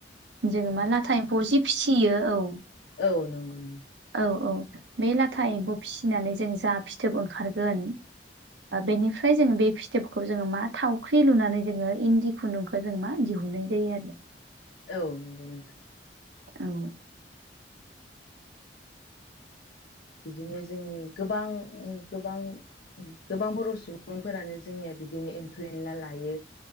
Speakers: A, on the right (about 75°); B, on the left (about 80°).
A: जोङो मा लाथा एम्फौ जि फिसियो औ।
B: औ नंगौ नंगौ।
A: औ औ। बे लाथा एम्बौ फिसिनानै जों जा फिथोब ओंखारगोन बेनिफ्राय जोङो बे फिथोबखौ जोङो मा थावख्रि लुनानै जोङो इन्दि खुन्दुंखौ जों मा दिहुननाय जायो आरो।
B: औ नंगौ नोंथां।
A: औ।
B: बिदिनो जोंनि गोबां गोबां गोबां बर' सुबुंफोरानो जोंनिया बिदिनो एम्फौ एन्ला लायो